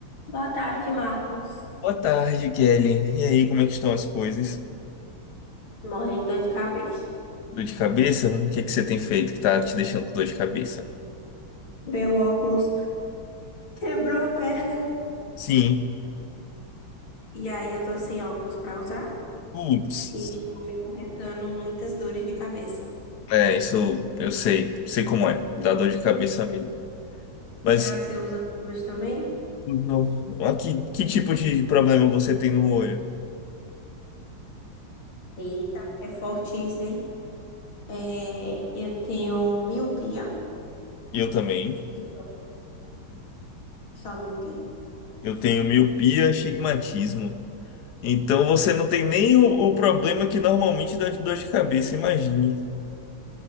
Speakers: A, on the left; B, on the left.
A: Boa tarde, Marcos.
B: Boa tarde, Kelly. E aí, como é que estão as coisas?
A: Morrendo de dor de cabeça.
B: Dor de cabeça? O que é que você tem feito que tá te deixando com dor de cabeça?
A: Meu óculos quebrou a perna.
B: Sim.
A: E aí eu tô sem óculos pra usar
B: Putz.
A: e está me acarretando muitas dores de cabeça.
B: É, isso eu sei. Sei como é. Dá dor de cabeça mesmo. Mas
A: Ah, você usa óculos também?
B: no- ah, que, que tipo de problema você tem no olho?
A: Eita, é forte isso, hein? É, eu tenho miopia.
B: Eu também.
A: Então, só miopia.
B: Eu tenho miopia, astigmatismo. Então você não tem nem o, o problema que normalmente dá de dor de cabeça, imagine.